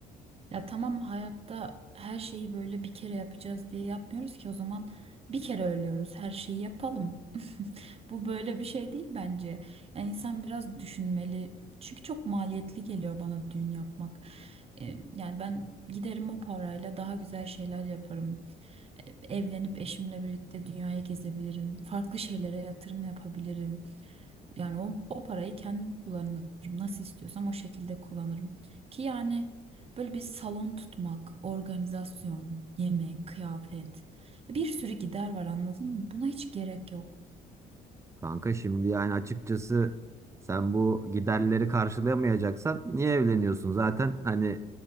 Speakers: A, on the right; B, on the right.
A: Ya tamam hayatta her şeyi böyle bir kere yapacağız diye yapmıyoruz ki o zaman bir kere ölüyoruz her şeyi yapalım. <laughs> Bu böyle bir şey değil bence. Yani insan biraz düşünmeli. Çünkü çok maliyetli geliyor bana düğün yapmak. E, yani ben giderim o parayla daha güzel şeyler yaparım. E, evlenip eşimle birlikte dünyayı gezebilirim. Farklı şeylere yatırım yapabilirim. Yani o, o parayı kendim kullanırım. Nasıl istiyorsam o şekilde kullanırım. Ki yani böyle bir salon tutmak, organizasyon, yemek, kıyafet bir sürü gider var anladın mı? Buna hiç gerek yok.
B: Kanka şimdi yani açıkçası sen bu giderleri karşılayamayacaksan niye evleniyorsun? Zaten hani